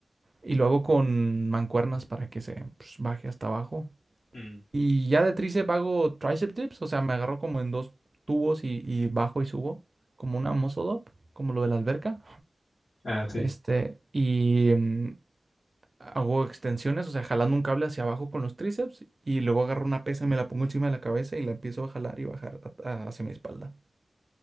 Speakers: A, on the right; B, on the left.
A: Y lo hago con mancuernas para que se pues, baje hasta abajo.
B: mm,
A: Y ya de tríceps hago tricep dips, o sea, me agarro como en dos tubos y, y bajo y subo, como una muscle up, como lo de la alberca.
B: Ah, sí.
A: Este, y mm, hago extensiones, o sea, jalando un cable hacia abajo con los tríceps y luego agarro una pesa y me la pongo encima de la cabeza y la empiezo a jalar y bajar a- a- hacia mi espalda.